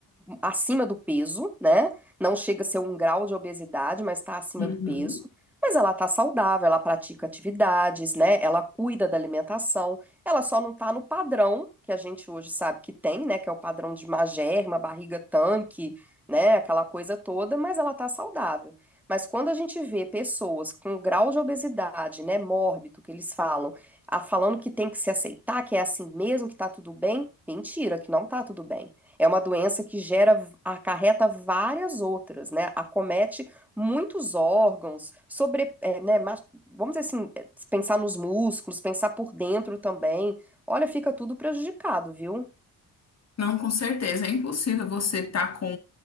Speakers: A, in the centre; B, on the left.
A: acima do peso, né? Não chega a ser um grau de obesidade, mas está acima
B: Uhum.
A: do peso. Mas ela está saudável, ela pratica atividades, né? Ela cuida da alimentação. Ela só não está no padrão que a gente hoje sabe que tem, né? Que é o padrão de magerma, barriga tanque né? Aquela coisa toda, mas ela tá saudável. Mas quando a gente vê pessoas com grau de obesidade, né, mórbido, que eles falam, a, falando que tem que se aceitar, que é assim mesmo, que tá tudo bem, mentira, que não tá tudo bem. É uma doença que gera, acarreta várias outras, né? Acomete muitos órgãos, sobre, é, né, mas- vamos dizer assim, é, pensar nos músculos, pensar por dentro também. Olha, fica tudo prejudicado, viu?
B: Não, com certeza. É impossível você estar com